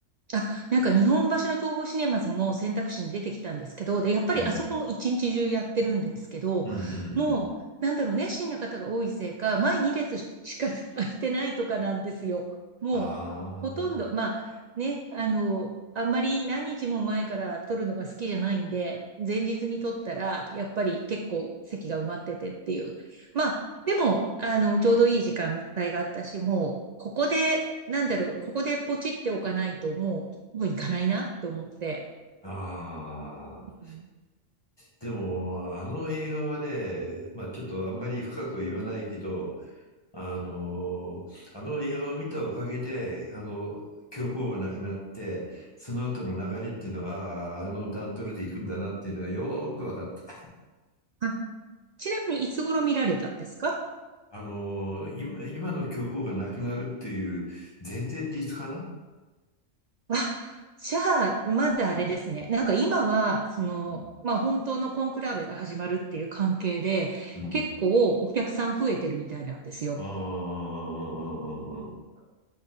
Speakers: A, on the right; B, on the left.
A: あ、なんか日本橋の東宝シネマズも選択肢に出てきたんですけど、で、やっぱりあそこも一日中やってるんですけど、
B: うん。うんうんうん。
A: もう、なんだろうね、熱心な方が多いせいか、前2列しか <laughs> 空いてないとかなんですよ。もう、
B: あ
A: ほとんど、まあ、ね、あの、あんまり何日も前から撮るのが好きじゃないんで、前日に撮ったら、やっぱり結構席が埋まっててっていう。まあ、でも、あの、ちょうどいい時間帯があったし、もう、ここで、なんだろう、ここでポチっておかないと、もう、もう行かないなって思って。
B: あ、ああ。
A: うん
B: でも、あの映画はね、まあちょっとあんまり深くは言わないけど、あの、あの映画を見たおかげで、あの、教皇が亡くなって、その後の流れっていうのが、あああの段取りで行くんだなっていうのはよーく分かった。
A: あ、ちなみにいつ頃見られたんですか
B: あの、今、今の教皇がなくなるっていう、全然日かな
A: あ、じゃあ、まだあれですね。なんか今は、その、
B: うん
A: まあ本当のコンクラーベが始まるっていう関係で、
B: うん。
A: 結構お客さん増えてるみたいなんですよ。
B: ああ、ああああ